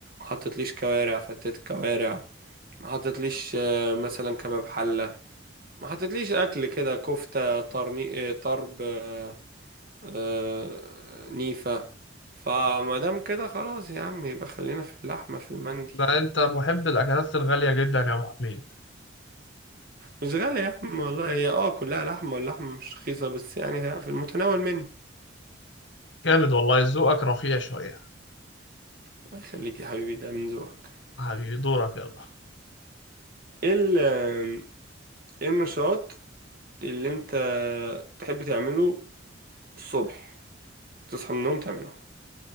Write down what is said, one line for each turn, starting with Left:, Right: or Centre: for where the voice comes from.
Right: حطيتليش كوارع فتت كوارع ما حطيتليش آه، مثلا كباب حلة ما حطيتليش اكل كده كفتة طرني... آه، طرب آه، آه، نيفة فما دام كده خلاص يا عم يبقى خلينا في اللحمة في المندي
Left: ده انت محب الاكلات الغاليه جدا يا ابو حميد
Right: مش غالي يا عم والله هي اه كلها لحمة واللحمة مش رخيصة بس يعني في المتناول منه
Left: جامد والله ذوقك رفيع شويه
Right: الله يخليك يا حبيبي ده من ذوقك
Left: حبيبي دورك يلا
Right: ايه ال- ايه النشاط اللي انت تحب تعمله الصبح تصحى من النوم تعمله